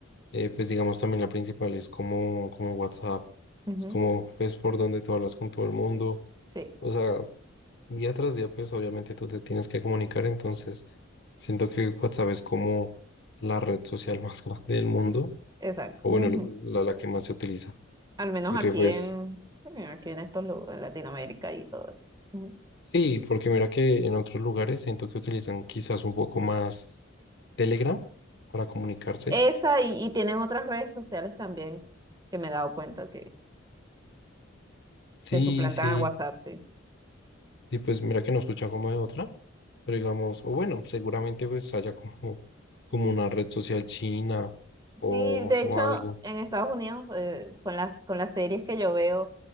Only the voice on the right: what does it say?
Ujú,
sí,
exacto.
<laughs>
Al menos
aquí
en, aquí en estos lugares, en Latinoamérica y todo eso. Ujú.
Esa y, y tienen otras redes sociales también que me he dado cuenta que,
que suplantan
a WhatsApp, sí.
Sí, de
hecho,
en Estados Unidos, eh, con las, con las series que yo veo, o